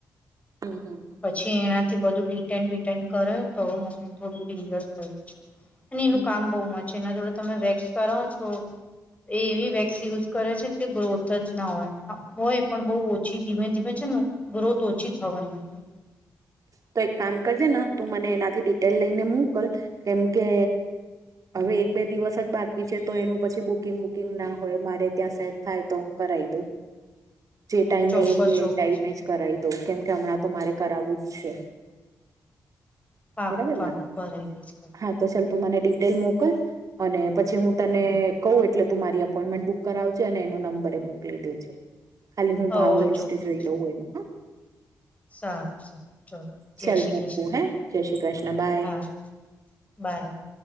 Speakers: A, on the right; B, on the left.
A: <unintelligible>
B: પછી એનાથી બધું ડિટેન બિટેન કરે ને તો મમ્મી થોડું ક્લિયર થયું છે અને એનું
A: હમ.
B: કામ બહુ મ છે એના જોડે તમે વેક્સ કરો છો એવી વેક્સ યુઝ કરે છે ને કે ગ્રોથ જ ના હોય હોય પણ બઉુ ઓછી ધીમે ધીમે છે ગ્રોથ ઓછી થવા લાગે
A: તો એક કામ કરજે ને તું મને એનાથી ડિટેલ લઈને મોકલ કેમ કે હવે એક બે દિવસ જ બાકી છે તો એનું પછી બુકિંગ વુકિંગ ના હોય મારે ત્યાં સેટ થાય તો હું કરાવી દઉં જે ટાઈમે
B: ચોક્કસ
A: એક એ
B: ચોક્કસ
A: ટાઈમે જ કરાવી દઉ કેમ કે હમણાં તો મારે કરાવવું જ છે
B: પાકું
A: બરાબર
B: પાકું
A: ને.
B: કર એ ગજ કર
A: હા તો ચાલ તું મને ડિટેલ મોકલ અને પછી હું તને
B: હમ
A: કઉું એટલે તું મારી અપોઈન્ટમેન્ટ બુક કરાવજે અને એનો નંબર એ મોકલી દેજ ખાલી હું
B: હો
A: ભાવ લિસ્ટ
B: ચોક્કસ
A: જોઈ લઉં એનું હા
B: સારું સારું ચલો જય
A: ચાલ
B: શ્રી
A: મૂકવું
B: કૃષ્ણ
A: હે જય શ્રી કૃષ્ણ બાય
B: હા બાય